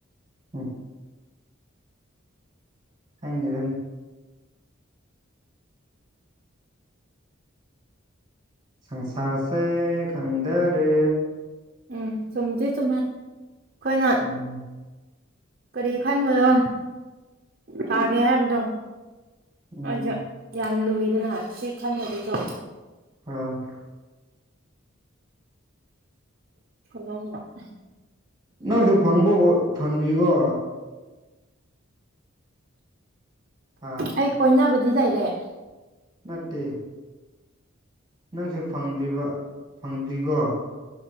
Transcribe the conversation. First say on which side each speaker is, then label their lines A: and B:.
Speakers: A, on the right; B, on the right.
A: ꯎꯝ <inaudible> <inaudible> ꯁꯪꯁꯥꯁꯦ ꯈꯪꯗꯔꯦ
B: ꯎꯝ ꯆꯨꯝꯗꯤ ꯆꯨꯝꯃꯦ ꯑꯩꯈꯣꯏꯅ
A: ꯎꯝ
B: ꯀꯔꯤ ꯈꯟꯕꯅꯣ ꯊꯥꯒꯦ ꯍꯥꯏꯕꯗꯣꯖ
A: ꯎꯝ
B: ꯌꯥꯝ ꯂꯨꯏꯗꯅ ꯁꯤ ꯈꯟꯕꯗꯁꯨ
A: ꯑ <inaudible>
B: ꯂꯂ <inaudible>
A: ꯅꯪꯁꯨ ꯐꯪꯕ ꯐꯪꯗ꯭ꯔꯤꯔꯤꯕꯣ ꯍꯥ
B: ꯑꯩ ꯀꯣꯏꯅꯕꯗꯤ ꯂꯩꯔꯦ
A: ꯅꯠꯇꯦ ꯅꯪꯁꯨ ꯐꯪꯗ꯭ꯔꯤꯕ ꯐꯪꯗ꯭ꯔꯤꯒꯣ